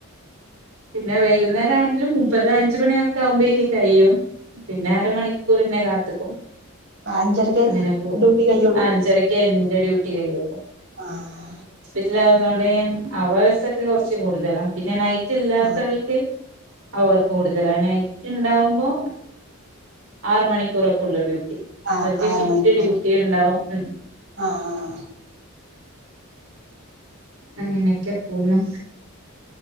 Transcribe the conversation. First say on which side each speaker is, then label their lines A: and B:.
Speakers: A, on the right (about 70°); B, on the right (about 50°).
A: പിന്നെ വൈകുന്നേരം ആണെങ്കിലും മൂ മൂ പ്പരുടെ അഞ്ചു മണിയൊക്കെ ആകുമ്പോേഴെ ക്ക് കഴി യും പിന്നെ അരമണിക്കൂർ പിന്നെ കാക്കും
B: അഞ്ചരക്കെ
A: അങ്ങനെ പോകും
B: ഡ്യൂട്ടി കഴിയുള്ളൂ
A: അഞ്ചരക്കാരുന്നു എന്റെ ഡ്യൂട്ടി കഴിയുമ്പം
B: ആഹ
A: മനസിലാ വുന്ന കൊണ്ട് അവടൊക്കെ കുറച്ച് കൂടുതലാണ് പിന്നെ നൈറ്റ് ഇല്ലാത്തവൾക്ക്
B: ആഹ്
A: അവർ കൂടുത ട്ടുണ്ടാവുമ്പോ ആറ മണിക്കൂറൊക്കെ ഉള്ളൂ ഡ്യൂട്ടി
B: ആഹ്
A: അവർക്ക്
B: ആറ്
A: ഷിഫ്റ്റ്
B: മണിക്കൂർ
A: ഡ്യൂട്ടി ഉണ്ടാവും ഉ <inaudible>
B: ആഹ്
A: അങ്ങനെയൊക്കെ പോന്നുന്നു